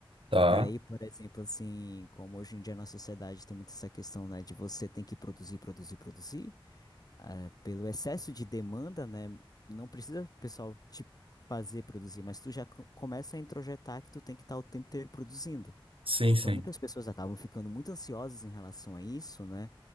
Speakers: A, on the right; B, on the left.
A: Tá.
B: E daí, por exemplo, assim, como hoje em dia na sociedade tem muito essa questão, né, de você tem que produzir, produzir, produzir, eh, pelo excesso de demanda, né, não precisa o pessoal te fazer produzir, mas tu já co- começa a introjetar que tu tem que estar o tempo inteiro produzindo.
A: Sim,
B: Então,
A: sim.
B: muitas pessoas acabam ficando muito ansiosas em relação a isso, né?